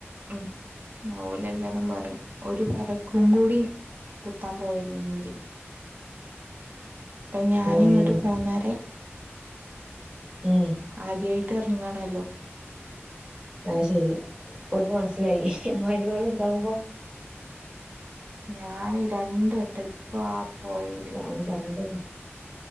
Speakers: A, on the right (about 45°); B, on the right (about 20°).
A: ഉം ഓല് എല്ലതും പറയും. ഒരു വ ബെറകും കൂടി. കുത്താൻ പോവല്ലേനി ഓല്. അപ്പൊ ഞാനിങ്ങട്ട്
B: ഉം
A: പോന്നാരെ.
B: ഉം
A: ആദ്യായിട്ട് എറങ്ങാണല്ലൊ.
B: അത് ശെരി. ഇപ്പോർക്ക് മനസ്സിലായി. മര്യാള് ഇണ്ടാകുമ്പൊ.
A: ഞാൻ രണ്ട് വട്ടം. ഇപ്പ ആ പോയേല്.
B: അന്ന്. പറ്ഞ്ഞ്ട്ടെല്ലെ.